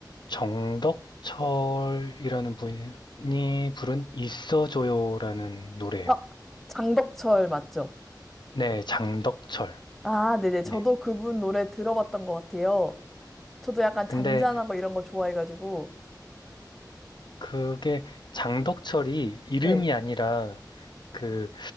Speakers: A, on the left; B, in the centre.
A: 정덕철이라는 분이 부른 있어줘요라는 노래예요.
B: 아, 장덕철 맞죠?
A: 네, 장덕철.
B: 아, 네네. 저도
A: 네.
B: 그분 노래 들어봤던 것 같아요. 저도 약간 잔잔하고
A: 근데
B: 이런 거 좋아해가지고.
A: 그게 장덕철이 이름이
B: 네,
A: 아니라 그